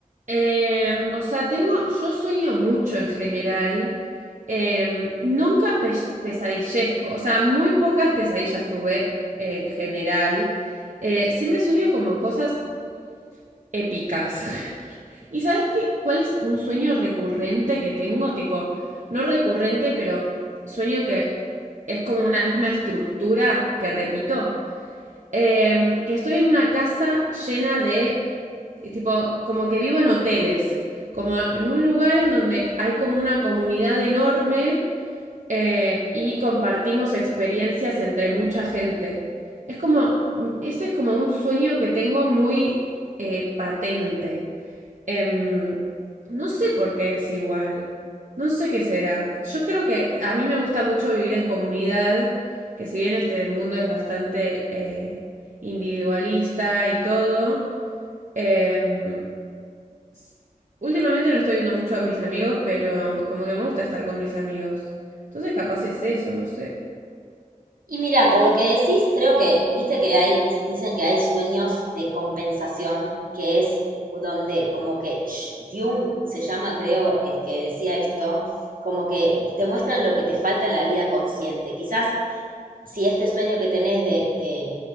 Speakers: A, on the right (about 55°); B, on the right (about 70°).
A: Eh, o sea, tengo, yo sueño mucho en general. eh, nunca pes- pesadillezco, o sea, muy pocas pesadillas tuve en general. Eh, siempre sueño como cosas épicas. <laughs> ¿Y sabes qué? ¿Cuál es un sueño recurrente que tengo? Tipo, no recurrente, pero sueño que es como una misma estructura que repito. Eh, que estoy en una casa llena de, tipo, como que vivo en hoteles, como en un lugar en donde hay como una comunidad enorme eh, y compartimos experiencias entre mucha gente. Es como, mm, ese es como un sueño que tengo muy eh, patente. Em, no sé por qué es igual. No sé qué será. Yo creo que a mí me gusta mucho vivir en comunidad, que si bien este mundo es bastante eh, individualista y todo, em, s- últimamente no estoy viendo mucho a mis amigos, pero como que me gusta estar con mis amigos. Entonces capaz es eso, no sé.
B: Y mira, por lo que decís, creo que, viste que hay, dicen que hay sueños de compensación, que es donde como que Sh- Jung se llama, creo, el que decía esto, como que te muestran lo que te falta en la vida consciente. Quizás si este sueño que tenés de, de,